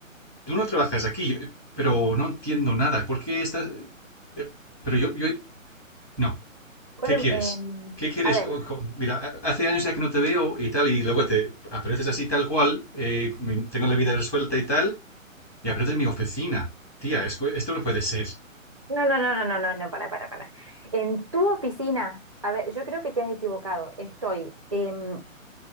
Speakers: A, in the centre; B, on the right.
A: tú no trabajas aquí, eh, pero no entiendo nada. ¿Por qué estás? eh, Pero yo, yo, no.
B: Colom,
A: ¿Qué quieres?
B: em,
A: ¿Qué quieres?
B: a ver.
A: Co- co- Mira, ha- hace años ya que no te veo y tal, y luego te apareces así tal cual. eh, me- tengo la vida resuelta y tal, y apareces en mi oficina. Tía, es que esto no puede ser.
B: No, no, no, no, no, no, no, para, para, para. En tu oficina, a ver, yo creo que te has equivocado. Estoy. em,